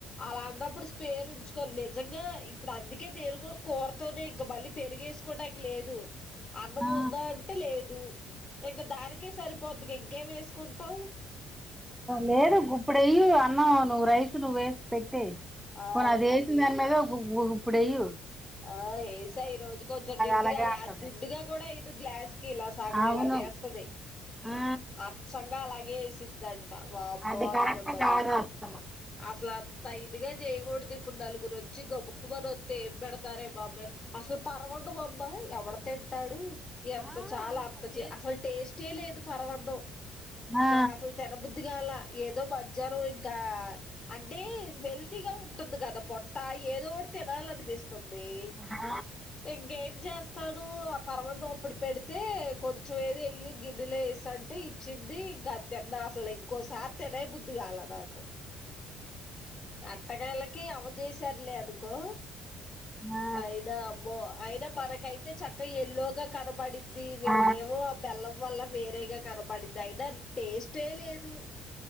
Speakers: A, on the left; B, in the centre.
A: అలా అన్నప్పుడు స్పేరు ఉంచు నిజంగా ఇప్పుడు అందుకే నేను కూడా కూర తోనే ఇంక మళ్ళీ పెరిగేస్కోటకి లేదు అన్నం
B: ఆ
A: ఉందా అంటే లేదు ఇంక దానికే సరిపోద్ది గ ఇంకేం ఎస్కుంటాం
B: లేదు గుప్పుడెయ్యి అన్నం నువ్వు రైస్ నువ్వేసి పెట్టేయ్
A: ఆ
B: పోని అది
A: నే
B: ఎసిందాని మీద గుప్పుడెయు
A: ఆ ఏసా ఈ రోజు కొంచెం నిండుగాని
B: అలాగే అంటది
A: అది నిండుగా గూడా ఎయ్యదు గ్లాస్ కి ఇలా సగం
B: అవును
A: ఇలా ఎస్తది
B: ఆ
A: అచ్చంగా అలాగే ఎసిద్దద్ వామ్మో
B: అది
A: అనుకున్నా
B: కరెక్ట్ కాదు
A: నేను
B: అసలు
A: అసలా అంత ఇదిగా జేయగూడదు ఇప్పుడు నలుగురు వచ్చి గబుక్కుమని వస్తే ఏం పెడతారే బాబా అస్సలు పర్వఅన్నం అమ్మ ఎవడు తింటాడు ఇంత
B: ఆ
A: చాలా
B: అంతది
A: అంత చె అస్సలు టేస్ట్ ట్టే లేదు పరవన్నం
B: ఆ
A: నాకు అస్సలు తినబుద్ధిగాల ఏదో మజ్యనం ఇంకా అంటే వెల్తీగా ఉంటుంది కదా పొట్టా ఏదో ఒటి తినాలనిపిస్తుంది
B: ఆ
A: ఇంకేం చేస్ తను ఆ పర్వఅన్నం అప్పుడు పెడితే కొంచెం ఏది ఎయ్యు గిన్నెలో ఎసి అంటే ఇచ్చింది ఇంకా తిన్నా అసల్ ఇంకోసారి తినే బుద్ధిగాల నాకు అట్టగాళ్ళకి అవ్వ జేసారులే అనుకో
B: ఆ ఆ
A: అయినా అమ్మో అయినా మనకైతే చక్క ఎల్లోగా కనపడి ది వీళ్దేమో
B: ఆ ఆ
A: ఆ బెల్లం వల్ల వేరేగా కనబడింది అయినా టేస్టే లేదు